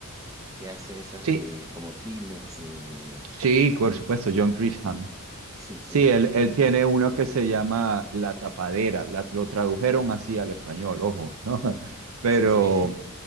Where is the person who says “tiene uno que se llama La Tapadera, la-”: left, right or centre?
Right